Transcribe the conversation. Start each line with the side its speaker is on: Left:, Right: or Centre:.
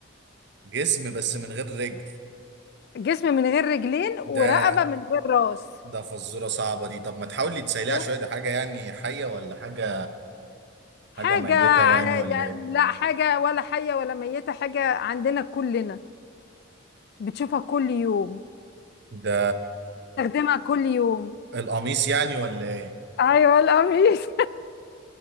Right: جسم بس من غير رجل
Left: جسم من غير رجلين
Right: ده
Left: ورقبة من غير راس
Right: ده فزوره صعبه دي طب ما تحاولي تسيليها
Left: شوف
Right: شويه دي حاجه يعني حيه ولا حاجه
Left: حاجة
Right: حاجه ميته
Left: ع-
Right: يعني ولا
Left: يعني
Right: ايه
Left: لا حاجة ولا حية ولا ميتة حاجة عندنا كلنا بتشوفها كل يوم
Right: ده
Left: بتستخدمها كل يوم
Right: القميص يعني ولا ايه
Left: ايوه القميص